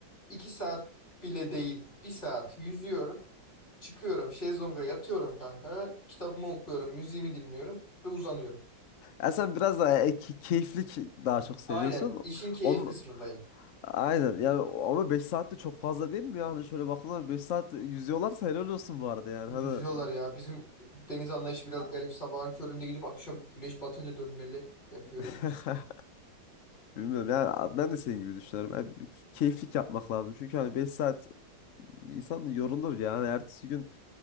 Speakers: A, on the left (about 35°); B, on the left (about 80°).
A: 2 saat bile değil. bir saat yüzüyorum. Çıkıyorum. Şezlonga yatıyorum kanka. Kitabımı okuyorum. Müziğimi dinliyorum. Ve uzanıyorum.
B: Ya sen biraz daha e, key- keyiflik daha çok seviyorsun.
A: Aynen. işin keyif
B: Onun,
A: kısmındayım.
B: Aynen yani o- ama 5 saat de çok fazla değil mi ya? Hani şöyle baktığında 5 saat yüzüyorlarsa helal olsun bu arada yani.
A: Yüzüyorlar
B: Hani
A: ya. Bizim deniz anlayışı biraz garip. Sabahın köründe gidip akşam güneş batınca dönmeli yapıyoruz
B: <laughs>
A: biz.
B: bilmiyorum yani ben de senin gibi düşünüyorum. Yani bir keyiflik yapmak lazım. Çünkü hani 5 saat insan yorulur yani. Ertesi gün